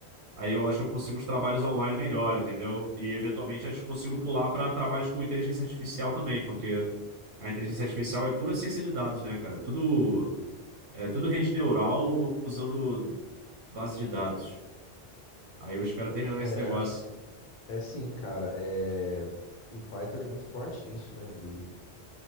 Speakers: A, on the right; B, on the left.
A: Aí eu acho que eu consigo os trabalhos online melhor, entendeu? E eventualmente acho que consigo pular para trabalhos com inteligência artificial também, porque a inteligência artificial é pura ciência de dados, né, cara? É Tudo é tudo rede neural usando base de dados. Aí eu espero terminar
B: É,
A: esse negócio.
B: é sim, cara. É, e o Python ele é muito forte nisso, né? Ele,